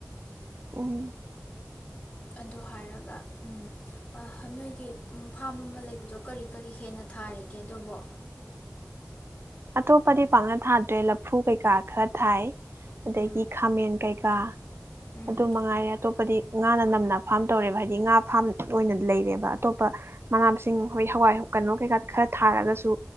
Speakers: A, on the right; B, on the left.
A: ꯎꯝ
B: ꯑꯗꯨ ꯍꯥꯏꯔꯒ ꯎꯝ ꯑꯥ ꯅꯣꯏꯒꯤ ꯐꯥꯝ ꯑꯃ ꯂꯩꯕꯗꯣ ꯀꯔꯤ ꯀꯔꯤ ꯍꯦꯟꯅ ꯊꯥꯔꯤꯒꯦ ꯑꯗꯨꯕꯣ
A: ꯑꯇꯣꯞꯄꯗꯤ ꯄꯥꯛꯅ ꯊꯥꯗ꯭ꯔꯦ ꯂꯐꯨ ꯀꯩꯀꯥ ꯈꯔ ꯊꯥꯏ ꯑꯗꯥꯒꯤ
B: ꯎꯝ
A: ꯈꯥꯃꯦꯟ ꯀꯩ ꯀ
B: ꯎꯝ
A: ꯑꯗꯨ ꯃꯉꯥꯏꯔꯦ ꯑꯇꯣꯞꯄꯗꯤ ꯉꯥꯅ ꯅꯝꯅ ꯐꯥꯝ ꯇꯧꯔꯦꯕ ꯍꯥꯏꯗꯤ ꯉꯥ ꯐꯥꯝ ꯑꯣꯏꯅ ꯂꯩꯔꯦꯕ ꯑꯇꯣꯞꯄ ꯃꯅꯥ ꯃꯁꯤꯡ ꯍꯣꯏ ꯍꯋꯥꯏ ꯀꯩꯅꯣ ꯀꯩꯀꯥ ꯈꯔ ꯊꯥꯔꯒꯁꯨ